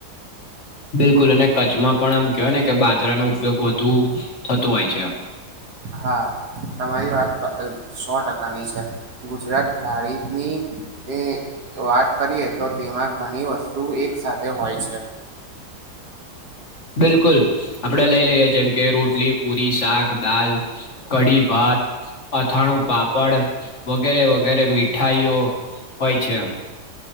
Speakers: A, on the left; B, on the right.
A: બિલકુલ અને કચ્છમાં પણ આમ કહેવાય ને કે બાજરાનો ઉપયોગ વધુ થતો હોય છે.
B: હા તમારી વાત સો ટકાની છે. ગુજરાત ધારીની એ વાત કરીએ તો તેમાં ઘણી વસ્તુ એક સાથે હોય છે.
A: બિલકુલ આપડે લઈ લઈએ જેમ કે રોટલી પૂરી સાક દાલ કડી ભાત અથાણું પાપડ વગેરે વગેરે મીઠાઈઓ હોય છે.